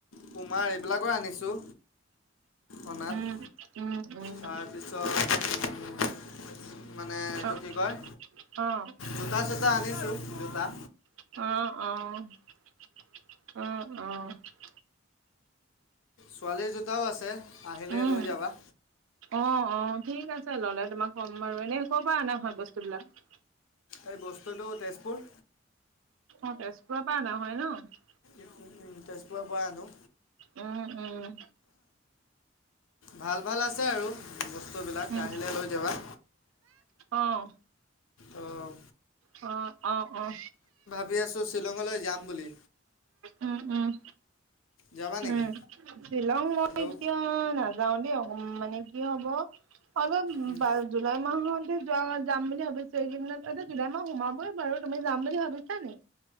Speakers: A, on the left; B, on the right.
A: পুমাৰ এইবিলাকৰ আনিছোঁ, অনাত।
B: উম', উম'। উম।
A: তাৰ পিছত মানে এইটো
B: অ',
A: কি কয়
B: অ'।
A: জোতা চোতা আনিছো জোতা
B: অ' অ' অ' অ'।
A: ছোৱালীৰ জোতাও আছে আহিলে
B: উম।
A: লৈ যাবা।
B: অ' অ' ঠিক আছে ল'লে তোমাক ক'ম বাৰু এনেই কৰ পৰা অনা হয় বস্তুবলাক?
A: এই বস্তুটো তেজপুৰ।
B: অ' তেজপুৰৰ পৰা অনা হয় ন?
A: ও' ও' তেজপুৰৰ পৰা আনো।
B: উম', উম'।
A: ভাল ভাল আছে আৰু বস্তু বিলাক
B: উম,
A: আহিলে লৈ যাবা।
B: অ'।
A: অ'।
B: অ' অ' অ'।
A: ভাবি আছোঁ শ্বিলঙলৈ যাম বুলি।
B: উম', উম',
A: যাবা নেকি
B: উম' শ্বিলং মই
A: হেল্ল'
B: এতিয়া অ' নাযাও দেই অ মানে কি হব অলপ <unintelligible>
A: উম,
B: জুলাই মাহতে যোৱা যাম বুলি ভাবিছো এই কেইদিনত জুলাই মাহ সোমাবই বাৰু তুমি যাম বুলি ভাবিছা? বুজিছা নে নাই?